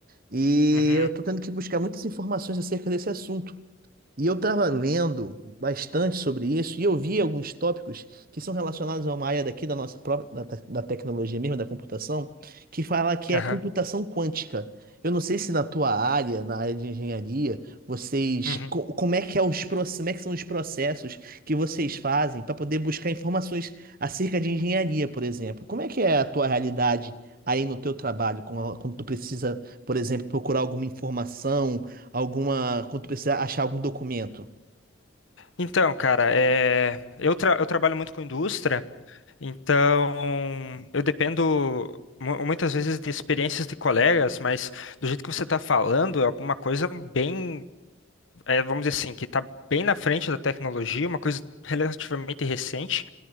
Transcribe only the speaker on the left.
Uhum,
aham,
uhum.
Então, cara, é... eu, tra- eu trabalho muito com indústria, então eu dependo mu- muitas vezes de experiências de colegas, mas do jeito que você está falando, é alguma coisa bem, é, vamos dizer assim, que está bem na frente da tecnologia, uma coisa relativamente recente.